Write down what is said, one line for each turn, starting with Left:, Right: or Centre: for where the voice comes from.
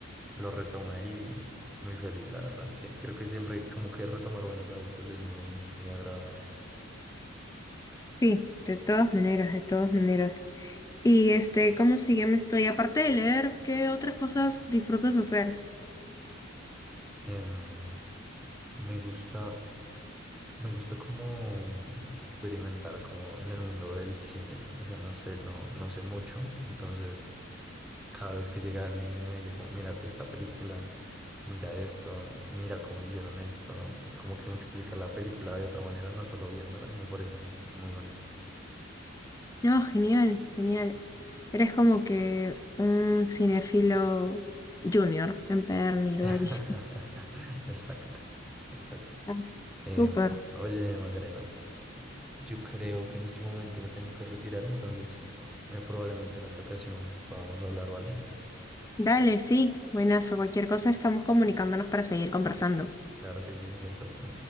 Centre: lo retomé y muy feliz, la verdad. Sí, creo que siempre como que retomar buenos hábitos es muy, muy agradable.
Left: Sí, de todas maneras, de todas maneras. Y este, ¿cómo sigue? Me estoy, aparte de leer, ¿qué otras cosas disfrutas hacer?
Centre: Em, Me gusta, me gusta como experimentar como en el mundo del cine. O sea, no sé, no, no sé mucho. Entonces, cada vez que llega alguien y me dice como, mírate esta película, mira esto, mira cómo hicieron esto, como que me explica la película de otra manera, no solo viéndola, me parece muy bonito.
Left: No, genial, genial. Eres como que un cinefilo junior, empedernido
Centre: <laughs>
Left: ahí.
Centre: Exacto, exacto.
Left: Ah,
Centre: Em,
Left: Súper.
Centre: oye, Macarena, yo creo que en este momento me tengo que retirar, entonces eh, probablemente en otra ocasión podamos hablar, ¿vale?
Left: Dale, sí, buenazo. Cualquier cosa estamos comunicándonos para seguir conversando.
Centre: Claro que sí, perfecto.